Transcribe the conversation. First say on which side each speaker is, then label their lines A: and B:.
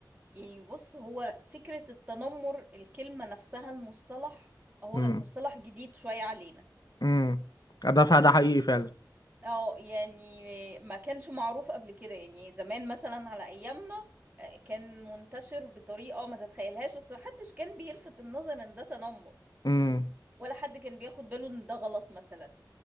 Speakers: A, on the right; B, on the left.
A: يعني بص هو فكرة التنمر الكلمة نفسها المصطلح هو
B: امم
A: المصطلح جديد شوية علينا
B: امم ده فع- ده حقيقي فعلا
A: اه يعني ما كانش معروف قبل كده يعني زمان مثلا على ايامنا آه، كان منتشر بطريقة ما تتخيلهاش بس محدش كان بيلفت النظر ان ده تنمر
B: امم
A: ولا حد كان بياخد باله ان ده غلط مثلا